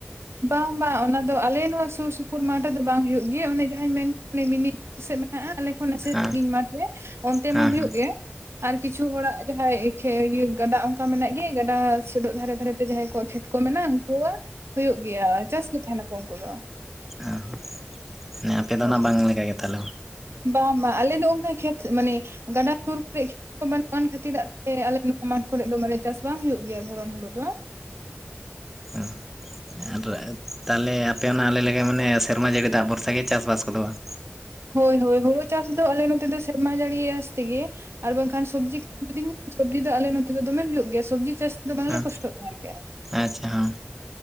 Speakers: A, on the right (about 85°); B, in the centre.
A: ᱵᱟᱝ ᱵᱟᱝ ᱚᱱᱟ ᱫᱚ ᱟᱞᱮ ᱱᱚᱣᱟ ᱥᱩᱨ ᱥᱩᱯᱩᱨ ᱢᱟᱴ ᱨᱮᱫᱚ ᱵᱟᱝ ᱦᱩᱭᱩᱜ ᱜᱮᱭᱟ ᱚᱱᱮ ᱡᱟᱸᱦᱟᱭ ᱢᱤᱱᱤ ᱥᱮᱜ ᱢᱮᱜ ᱦᱮᱸ ᱟᱞᱮ ᱠᱷᱚᱱ ᱥᱟᱺᱜᱤᱧ
B: ᱦᱮᱸ
A: ᱢᱟᱴᱷ ᱨᱮ ᱚᱱᱛᱮ
B: ᱦᱮᱸ
A: ᱢᱟ ᱦᱳᱭᱳᱜ
B: ᱦᱮᱸ ᱦᱮᱸ
A: ᱜᱮ ᱟᱨ ᱠᱤᱪᱷᱩ ᱦᱚᱲᱟᱜ ᱡᱟᱸᱦᱟᱭ ᱠᱷᱮ ᱤᱭᱟᱹ ᱜᱟᱰᱟ ᱚᱝᱠᱟ ᱢᱮᱱᱟᱜ ᱜᱮ ᱜᱟᱰᱟ ᱥᱩᱰᱚᱜ ᱫᱷᱟᱨᱮ ᱫᱷᱟᱨᱮ ᱛᱮ ᱡᱟᱦᱟᱸᱭ ᱠᱚᱟᱜ ᱠᱷᱮᱛ ᱠᱚ ᱢᱮᱱᱟᱜ ᱩᱱᱠᱩ ᱣᱟᱜ ᱦᱳᱭᱳᱜ ᱜᱮᱭᱟ ᱪᱟᱥ ᱜᱮ ᱛᱟᱸᱦᱮᱱᱟᱠᱚ ᱩᱱᱠᱩ ᱫᱚ᱾
B: ᱚ ᱦᱮᱸ ᱟᱯᱮ ᱫᱚ
A: ᱦᱳᱭ
B: ᱱᱟᱜ ᱵᱟᱝ ᱞᱮᱠᱟ ᱜᱮ ᱛᱟᱞᱮ
A: ᱵᱟᱝ ᱵᱟᱝ ᱟᱞᱮ ᱫᱚ ᱚᱱᱠᱟ ᱠᱷᱮᱛ ᱢᱟᱱᱮ ᱜᱟᱰᱟ ᱥᱩᱨ ᱠᱚᱨᱮ ᱵᱟᱹᱱᱩᱜ ᱟᱱ ᱠᱷᱟᱹᱛᱤᱨ ᱟᱜ ᱛᱮ ᱟᱞᱮ ᱱᱚᱣᱟ ᱢᱟᱴᱷ ᱠᱚᱨᱮ ᱫᱚ ᱢᱟᱱᱮ ᱪᱟᱥ ᱵᱟᱝ ᱦᱩᱭᱩᱜ ᱜᱮᱭᱟ ᱫᱷᱚᱨᱚᱱ ᱦᱩᱲᱩ ᱫᱚ
B: ᱦᱩᱸ ᱦᱩᱸ ᱟᱨ ᱟᱯ ᱛᱟᱞᱮ ᱟᱯᱮ ᱚᱱᱟ ᱟᱞᱮ ᱞᱮᱠᱟ ᱢᱟᱱᱮ ᱥᱮᱨᱢᱟ ᱡᱟᱹᱲᱤ ᱫᱟᱜ ᱵᱷᱚᱨᱥᱟ ᱜᱮ ᱪᱟᱥᱵᱟᱥ ᱠᱚ ᱫᱚ ᱵᱟᱝ?
A: ᱦᱳᱭ ᱦᱳᱭ ᱦᱳᱲᱳ ᱪᱟᱥ ᱫᱚ ᱟᱞᱮ ᱱᱚᱛᱮ ᱫᱚ ᱥᱮᱨᱢᱟ ᱡᱟᱹᱲᱤ ᱟᱸᱥ ᱛᱮᱜᱮ ᱟᱨ ᱵᱟᱝᱠᱷᱟᱱ ᱥᱚᱵᱽᱡᱤ <unintelligible> ᱥᱚᱵᱽᱡᱤ ᱫᱚ ᱟᱞᱮ ᱱᱚᱛᱮ ᱫᱚ ᱫᱚᱢᱮ ᱦᱩᱭᱩᱜ ᱜᱮᱭᱟ ᱥᱚᱵᱽᱡᱤ ᱪᱟᱥ ᱫᱚ ᱵᱟᱝᱞᱮ
B: ᱦᱮᱸ
A: ᱠᱚᱥᱴᱚᱜ ᱛᱟᱦᱮᱸᱜ ᱜᱮᱭᱟ᱾
B: ᱟᱪᱪᱷᱟ ᱦᱮᱸ᱾